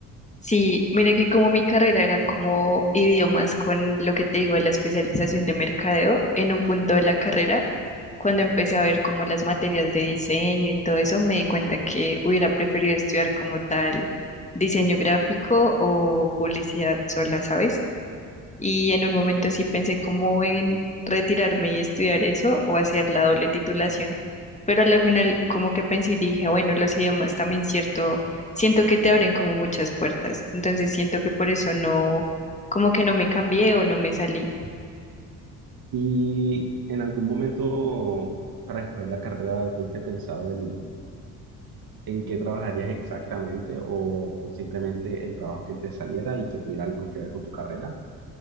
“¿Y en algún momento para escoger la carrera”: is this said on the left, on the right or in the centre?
Right